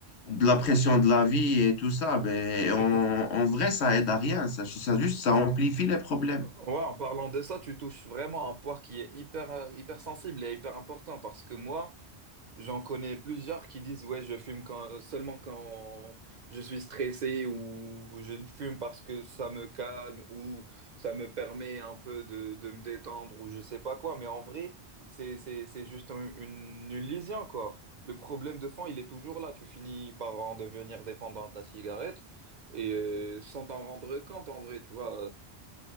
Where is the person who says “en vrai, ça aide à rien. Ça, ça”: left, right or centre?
Left